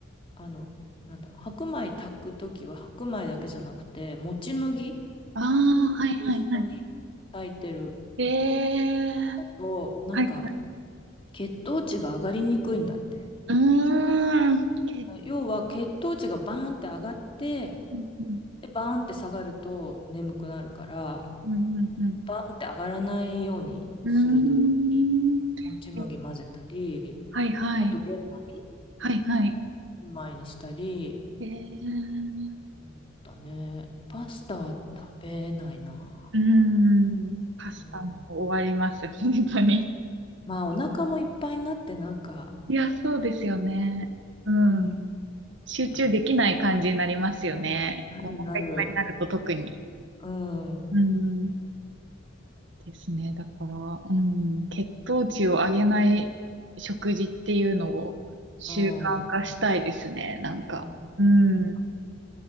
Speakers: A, on the left; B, on the right.
A: あの、なんだろう、白米炊くときは白米だけじゃなくて、もち麦
B: ああー、はいはいは
A: 一緒に炊いてる
B: い。えー。
A: と、なんか、
B: はいはい。
A: 血糖値が上がりにくいんだって。
B: うーん。け
A: 要は血糖値がバーンって上がって、
B: うん
A: で、バーンって下がると眠くなるから、
B: うんうんうん。
A: バーンって上がらないようにするために、
B: うんう
A: もち麦混ぜたり、
B: ーん。えーはいはい。
A: あと玄米、
B: はいはい。
A: 玄米にしたり、
B: えー。
A: うんそうだね。パスタは食べないな。
B: うーん。パスタも終わります。
A: うん。
B: 本当に。
A: まあ、お腹もいっぱいになって、なんか、
B: いや、そうですよね。うん。
A: うん、そうな
B: 集中できない感じになりますよね。こう、
A: る、なるなる。
B: お腹いっぱいになると特に。
A: うん。
B: うん。ですね。だから、うん。血糖値を上げない食事っていうのを習慣化したいですね。
A: うん
B: なんか。
A: うんうん
B: うん。